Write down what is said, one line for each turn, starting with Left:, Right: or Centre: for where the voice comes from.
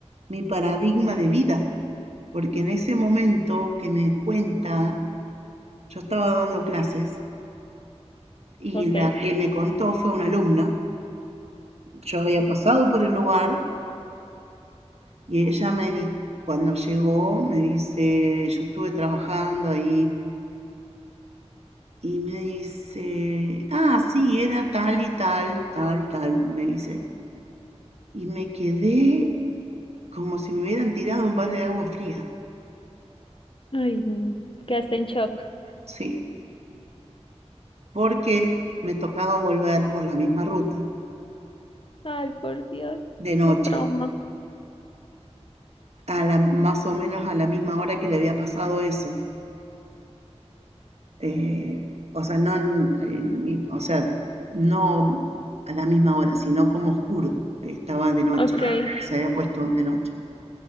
Right: mi paradigma de vida, porque en ese momento que me cuenta, yo estaba dando clases Y
Left: Ok.
Right: la que me contó fue una alumna. Yo había pasado por el lugar y ella me di, cuando llegó, me dice, yo estuve trabajando ahí y me dice, ah, sí, era tal y tal, tal, tal, me dice. Y me quedé como si me hubieran tirado un balde de agua fría,
Left: Ay, no, quedaste en shock.
Right: sí, porque me tocaba volver por la misma ruta
Left: Ay, por Dios,
Right: de noche,
Left: qué trauma.
Right: a la, más o menos a la misma hora que le había pasado eso. eh, o sea, no en, en mi- o sea, no a la misma hora, sino como oscuro. Estaba de noche,
Left: Ok. Y,
Right: se había puesto de noche.